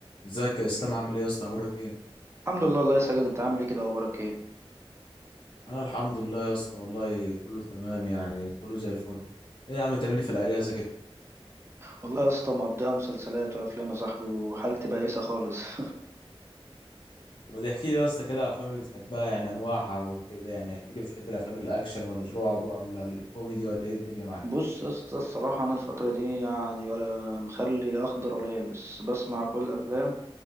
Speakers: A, on the left (about 55°); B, on the right (about 25°).
A: ازيك يا اسلام عامل ايه يا اسطى اخبارك ايه
B: الحمد لله الله يا ساجد انت عامل ايه كده اخبارك ايه
A: انا الحمد لله يا اسطى والله كله تمام يعني كله زي الفل ايه يا عم بتعمل لي في الاجازه كده
B: والله يا اسطى مقضيها مسلسلات وافلام يا صاحبي وحالتي بائسه خالص <laughs>
A: طب احكي لي يا اسطى كده على الافلام اللي بتحبها يعني انواعها وكده يعني احكي لي بتحب الافلام الاكشن ولا الرعب ولا الكوميدي ولا ايه الدنيا معاك
B: بص يا اسطى الصراحه انا الفتره دي يعني ولا مخلي اخضر ولا يابس بسمع كل الافلام